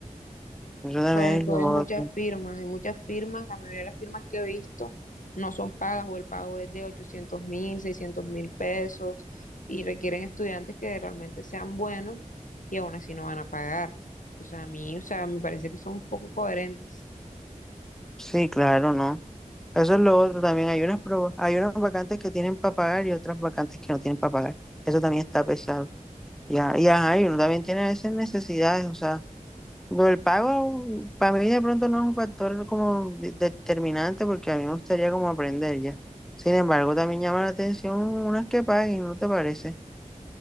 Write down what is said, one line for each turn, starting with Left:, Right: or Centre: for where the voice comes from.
Centre: Eso también
Left: Sobre todo
Centre: es lo
Left: hay muchas
Centre: otro.
Left: firmas, hay muchas firmas, la mayoría de las firmas que he visto no son pagas o el pago es de ochocientos mil, seiscientos mil pesos y requieren estudiantes que realmente sean buenos y aún así no van a pagar. Entonces a mí, o sea, me parece que son un poco coherentes.
Centre: Sí, claro, no. Eso es lo otro también. Hay unas pro- hay unas vacantes que tienen para pagar y otras vacantes que no tienen para pagar. Eso también está pesado. Ya, y ajá, y uno también tiene a veces necesidades. O sea, lo del pago para mí de pronto no es un factor como de- determinante porque a mí me gustaría como aprender ya. Sin embargo, también llama la atención unas que paguen, ¿no te parece?